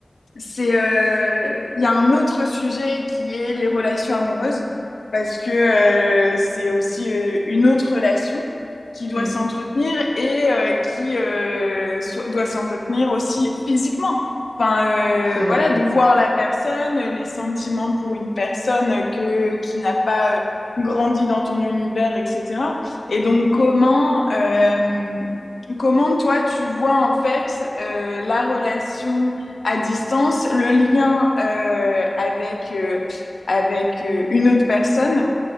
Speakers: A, on the left (about 80°); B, on the right (about 35°).
A: C'est, euh, il y a un autre sujet qui est les relations amoureuses, parce que euh, c'est aussi euh, une autre relation qui doit
B: Mm,
A: s'entretenir et euh, qui euh, so- doit s'entretenir aussi physiquement. Enfin, euh,
B: c'est vrai.
A: voilà, de voir la personne, les sentiments pour une personne que, qui n'a pas euh, grandi dans ton univers, etc. Et donc, comment, euh, comment toi, tu vois en fait euh, la relation à distance, le lien euh, avec, euh, avec euh, une autre personne